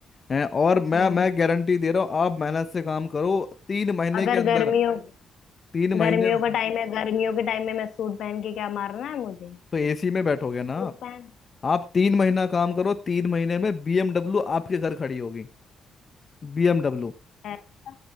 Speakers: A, on the left; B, on the left.
A: हैं और मैं
B: हम्म
A: मैं गारंटी दे रहा हूँ आप मेहनत से काम करो तीन महीने
B: अगर
A: के अंदर
B: गर्मियों
A: तीन महीने
B: गर्मियों
A: में
B: का टाइम है गर्मियों के टाइम में मैं सूट पहन के क्या मारना है मुझे
A: तो एसी में बैठोगे ना
B: सूट
A: आप
B: पहन
A: आप तीन महीना काम करो तीन महीने में बीएमडब्ल्यू आपके घर खड़ी होगी बीएमडब्ल्यू
B: ऐसा